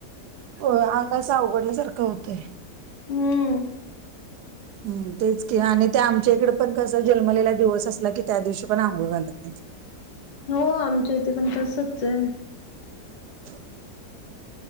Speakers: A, on the right; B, on the left.
A: हो आंग अस अवघडण्यासारखं होतंय.
B: हम
A: हम् तेच कि आणि ते आमच्या इकडे पण कस जन्मलेला दिवस असला की त्या दिवशी पण आंघोळ घालत नाही.
B: हो आमच्या इथे पण तंसच हे
A: <inaudible>